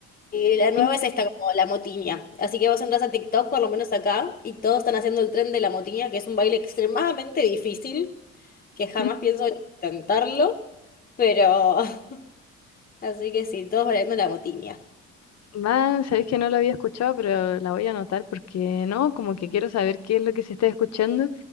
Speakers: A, on the left; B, on the left.
A: Y la
B: qué
A: nueva
B: in-
A: es esta como la motiña. Así que vos entras a TikTok, por lo menos acá, y todos están haciendo el tren de la motiña, que es un baile extremadamente difícil, que jamás
B: <laughs>
A: pienso intentarlo, pero <laughs> así que sí, todos bailando la motiña.
B: Man, sabéis que no lo había escuchado, pero la voy a anotar porque no, como que quiero saber qué es lo que se está escuchando.